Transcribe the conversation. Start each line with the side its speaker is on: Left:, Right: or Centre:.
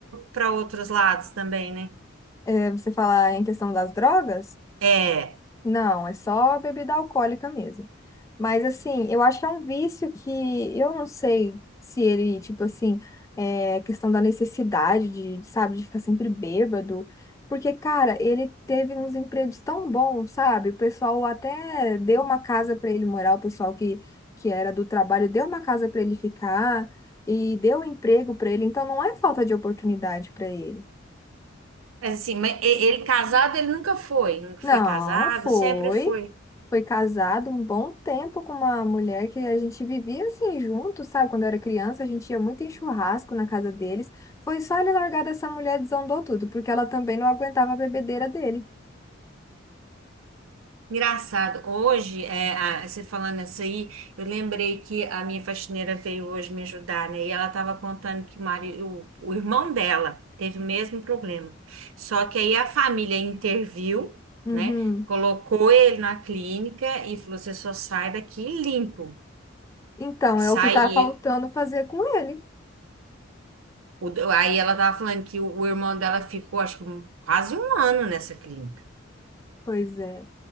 Right: para outros lados também, né?
Left: é, você falar em questão das drogas?
Right: É,
Left: Não, é só bebida alcoólica mesmo. Mas assim, eu acho que é um vício que eu não sei se ele, tipo assim, é questão da necessidade de, sabe, de ficar sempre bêbado. Porque, cara, ele teve uns empregos tão bons, sabe? O pessoal até deu uma casa pra ele morar, o pessoal que, que era do trabalho deu uma casa pra ele ficar e deu um emprego pra ele. Então, não é falta de oportunidade pra ele.
Right: mas assim, mas e- ele casado, ele nunca foi, nunca
Left: Não,
Right: foi casado,
Left: foi.
Right: sempre foi.
Left: Foi casado um bom tempo com uma mulher que a gente vivia assim junto, sabe? Quando eu era criança, a gente ia muito em churrasco na casa deles. Foi só ele largar dessa mulher, desandou tudo, porque ela também não aguentava a bebedeira dele.
Right: Engraçado, hoje, é, a- você falando isso aí, eu lembrei que a minha faxineira veio hoje me ajudar, né? E ela estava contando que o, mari- o, o irmão dela teve o mesmo problema. Só que aí a família interviu,
Left: Uhum.
Right: né? Colocou ele na clínica e falou: você só sai daqui limpo.
Left: Então, é
Right: Saiu.
Left: o que tá faltando fazer com ele.
Right: O- aí ela estava falando que o, o irmão dela ficou, acho que um- quase um ano nessa clínica.
Left: Pois é.